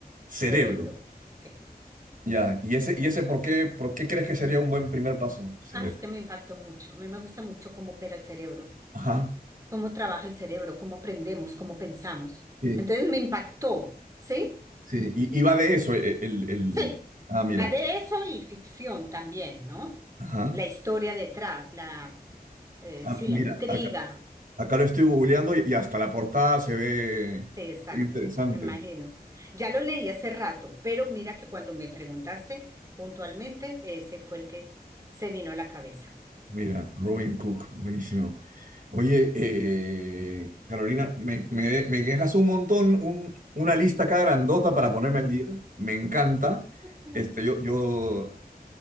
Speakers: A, on the right; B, on the right.
A: Cerebro.
B: Cerebro, sí.
A: Ya, ¿y ese, y ese por qué, por qué crees que sería un buen primer paso? Cerebro.
B: Ah, es que me impactó mucho. A mí me gusta mucho cómo opera el cerebro,
A: Ajá.
B: cómo trabaja el cerebro, cómo aprendemos, cómo pensamos.
A: Sí,
B: Entonces me impactó, ¿sí?
A: sí. Y, y va de eso, e- el, el...
B: Sí.
A: Ah, mira.
B: Va de eso y ficción también, ¿no?
A: Ajá.
B: La historia detrás, la, eh,
A: Ah,
B: sí,
A: mira,
B: la intriga.
A: acá, acá lo estoy googleando y, y hasta la portada se ve
B: Sí, exacto,
A: se ve interesante.
B: me imagino. Ya lo leí hace rato, pero mira que cuando me preguntaste puntualmente, ese fue el que se vino a la cabeza.
A: Mira, Robin Cook, buenísimo. Oye, eh, Carolina, me, me, me dejas un montón, un- una lista acá grandota para ponerme al día. Me encanta.
B: Mm.
A: Este, yo, yo